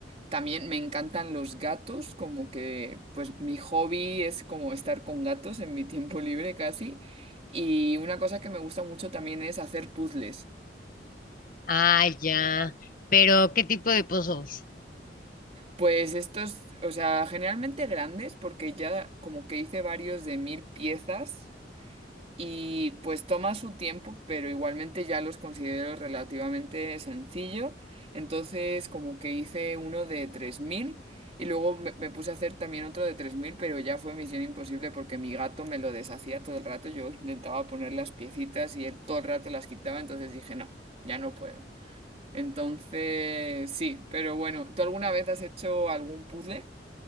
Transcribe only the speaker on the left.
Ah, ya. Pero, ¿qué tipo de pozos?